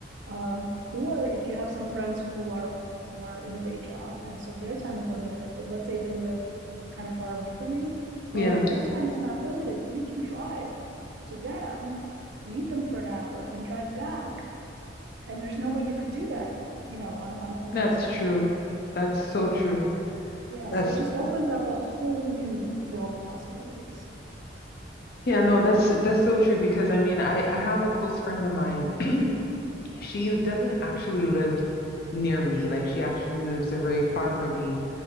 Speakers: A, on the right; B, on the left.
A: Um, or if you have some friends who are who are in a day job and so their time is limited, but let's say they live kind of far away from you. Well,
B: yeah,
A: if your time is not limited, you can drive to them, meet them for an hour and drive back. And there's no way you could do that, you know, on a, on a full-time
B: that's
A: schedule.
B: true. That's so
A: So
B: true.
A: yeah,
B: That's
A: so it just opens up a whole new world of possibilities.
B: Yeah, no, that's that's so true because I mean, I I have a close friend of mine. <clears throat> She doesn't actually live near me. Like she actually lives very far from me,